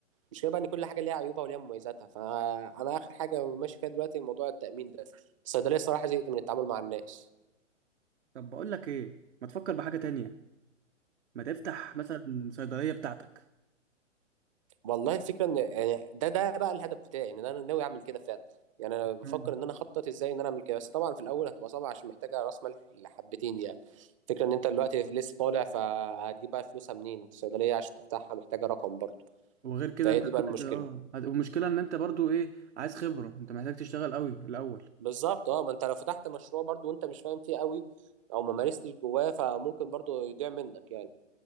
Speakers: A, on the right; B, on the right.
A: مش كده بقى ان كل حاجه ليها عيوبها وليها مميزاتها فانا اخر حاجه ماشي فيها دلوقتي موضوع التامين ده الصيدليه الصراحه زهقت من التعامل مع الناس
B: طب بقول لك ايه ما تفكر بحاجة تانية ما تفتح مثلا صيدلية بتاعتك
A: والله الفكره ان يعني ده ده بقى الهدف بتاعي ان انا ناوي اعمل كده فعلا يعني انا بفكر
B: مم.
A: ان انا اخطط ازاي ان انا اعمل كده بس طبعا في الاول هتبقى صعبه عشان محتاجه راس مال حبتين يعني الفكره ان انت دلوقتي لسه طالع فهتجيب بقى فلوسها منين الصيدليه عشان تفتحها محتاجه رقم برضه
B: وغير كده
A: فهي
B: انت
A: دي بقى
B: عندك
A: المشكله
B: اه هت- والمشكلة ان انت برضو ايه عايز خبرة انت محتاج تشتغل قوي الاول
A: بالظبط اه ما انت لو فتحت مشروع برضه وانت مش فاهم فيه قوي او ما مارستش جواه فممكن برضه يضيع منك يعني